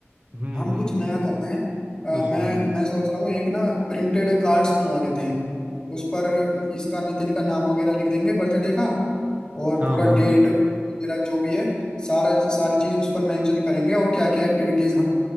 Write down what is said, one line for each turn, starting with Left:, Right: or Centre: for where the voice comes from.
Right: हम्म
Left: हम
Right: हम्म
Left: कुछ
Right: हम्म,
Left: नया करते हैं अ,
Right: कुछ
Left: मैं
Right: नया
Left: मैं सोच रहा हूँ एक ना प्रिंटेड कार्ड्स बनवा लेते हैं उस पर इसका नितिन का नाम वगैरह लिख देंगे बर्थडे का और
Right: हाँ
Left: पूरा
Right: हाँ
Left: डेट वगैरह जो भी है सारा सारी चीज उस पर मेंशन करेंगे और क्या क्या एक्टिविटीज हम